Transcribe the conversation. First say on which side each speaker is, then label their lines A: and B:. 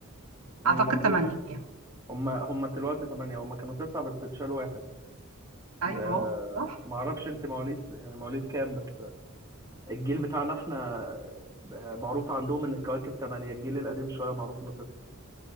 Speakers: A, on the right; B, on the right.
A: مم،
B: اعتقد
A: مظبوط
B: 8
A: هم هم دلوقتي ثمانية هم كانوا تسعة بس اتشال واحد
B: ايوه
A: آه
B: صح
A: ما اعرفش انت مواليد يعني مواليد كام بس الجيل بتاعنا احنا آه، معروف عندهم ان الكواكب ثمانية الجيل القديم شوية معروف انه تسعة